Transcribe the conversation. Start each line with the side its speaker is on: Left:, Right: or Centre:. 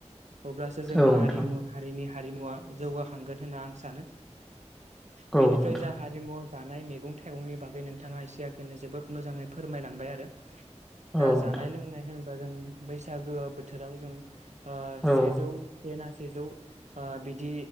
Right: अब्लासो जोंनि
Centre: औ नोंथां
Right: हारिमु हारिनि हारिमुवा जौगाखांगोन होनना आं सानो। बेनिफ्राय
Centre: औ नोंथां
Right: जा हारिमु जानाय मैगं थाइगंनि बागै नोंथाङा एसे आगोलनो जोबोद मोजाङै फोरमायलांबाय आरो। दा
Centre: औ नोंथां
Right: जानाय लोंनाय होन ब्ला जों बैसागो बोथोराव जों आ
Centre: औ
Right: सेजौ से ना सेजौ आ बिदि